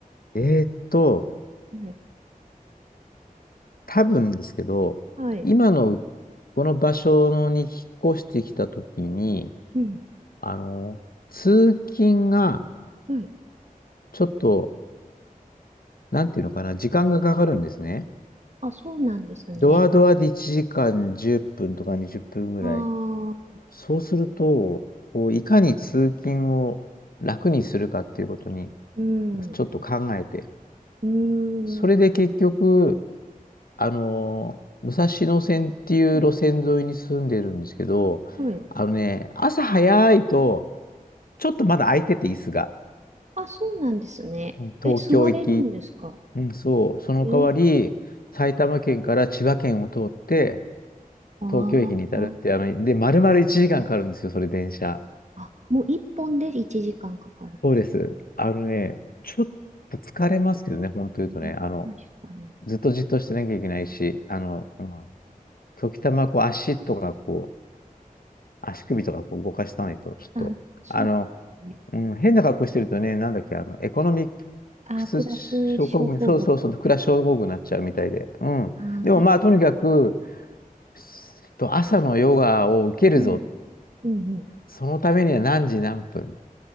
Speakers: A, on the left; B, on the right.
A: えーっと、
B: はい。
A: 多分ですけど、
B: はい。
A: 今のうこの場所に引っ越してきたときに、
B: うん。
A: あの、通勤が
B: はい。
A: ちょっと、なんていうのかな、時間がかかるんですね。
B: あ、そうなんですね。
A: ドアドアで1時間10分とか20分ぐらい。
B: ああ、
A: そうすると、こういかに通勤を楽にするかっていうことに、
B: うん。う
A: ちょっと考えて、
B: ーん。
A: それで結局、あのー武蔵野線っていう路線沿いに住んでるんですけど、
B: うんはい。
A: あのね、朝早いと、ちょっとまだ空いてて、椅子が。
B: あ、そうなんですね。
A: うん東京行き。
B: え、座れるんですか
A: うん。そう、その代わり、
B: えー、
A: 埼玉県から千葉県を通って、
B: あー
A: 東京駅に至るって、あの、で、丸々1時間かんかかるんですよ、それ電車。
B: あ、もう一本で1時間かんかかるんです。
A: そうです。あのね、ちょっと疲れますけどね、本当言うとね、
B: うん確かに。
A: あの、ずっとじっとしてなきゃいけないし、あの、うん時たまこう足とかこ足首とかこう動かしたないと、ちょっと、
B: あ、そうですね。
A: あの、うん、変な格好してるとね、なんだっけ、あの、エコノミッ
B: あクラス症候群。
A: クス症候群、そうそうそう、クラス症候群になっちゃうみたいで。うん。
B: あー、
A: でもまあ、
B: 確かに。
A: とにかく、すと朝のヨガを受けるぞ。
B: うん、うん、
A: そのためには何時何分